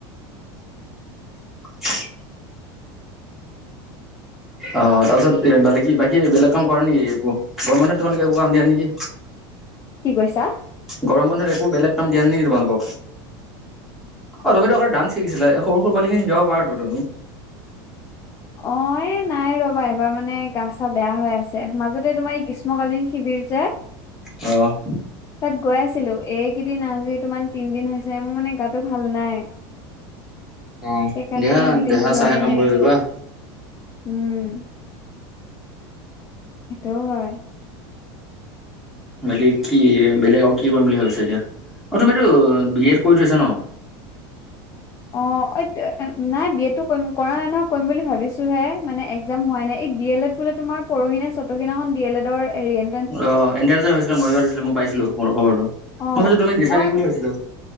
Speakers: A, in the centre; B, on the left.
A: <unintelligible> অ তাপিছত এ বেলেগ কি বাকী বেলেগ কাম কৰা নাই নেকি একো গৰমে বন্ধত তোমালোকে একো কাম দিয়া নাই নিকি?
B: কি কৈছা?
A: গৰম বন্ধত একো বেলেগ কাম দিয়া নাই নেকি তোমালোকক অ তুমিতো আগ ডান্স শিকিছিলা সৰু সৰু পোৱালিখিনিক শিকাব পাৰা ত তুমি।
B: অ এ নাই ৰবা এবাৰ মানে গা চা বেয়া হৈ আছে মাজতে তোমাৰ কিছু গ্ৰীষ্মকালীন শিবিৰ যে
A: অ'
B: তাত গৈ আছিলো এইকেইদিন আজি তোমাৰ তিনদিন হৈছে মোৰ মানে গাটো ভাল নাই।
A: অ
B: সেকাৰণে
A: দিয়া
B: মই এইকেদিন
A: দেহা
B: যোৱাই
A: চাহে কাম
B: নাই।
A: কৰিব পাৰিবা
B: উম। সেইটোও হয়।
A: বাকী কি বেলেগ আৰু কি কৰিম বুলি ভাবিছা এতিয়া? অ, তুমিটো বি এড কৰি থৈছা ন'?
B: অ। এ, নাই বি এল এডটো কৰিম কৰা নাই নহয় কৰিম বুলি ভাবিছোঁহে মানে এক্সজাম হোৱাই নাই এই ডি এল এড বোলে তোমাৰ পৰহি নে চতসি দিনাখন ডি এলেডৰ এৰিএন
A: অ এণ্ট্ৰেঞ্চ জাম হৈছিলে মৰিগাঁওত হৈছিলে মই পাইছিলো মোৰ খবৰটো মই
B: অ',
A: ভাবিছো তুমি দিছা
B: মই
A: নিকি বুলি ভাবছিলো